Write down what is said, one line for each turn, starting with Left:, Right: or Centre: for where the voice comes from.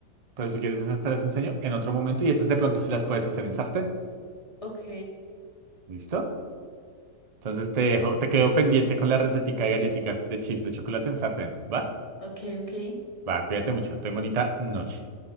Right: Pero si quieres esas te las enseño en otro momento y esas de pronto sí las puedes hacer en sartén.
Left: Ok,
Right: ¿Listo? Entonces te dejo, te quedo pendiente con la recetica de galletitas de chips de chocolate en sartén. ¿Va?
Left: ok, ok.
Right: Va, cuídate mucho. Ten bonita noche.